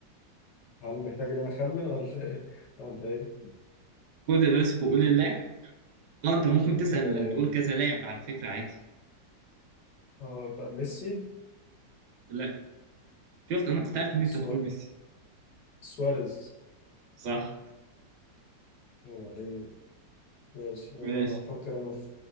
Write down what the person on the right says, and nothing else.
خد الريسك وقول اللاعب اه انت ممكن تسال
تقول كذا لاعب على فكره عادي
لا شفت انا كنت عارف ان انت
هتقول ميسي
صح
ماشي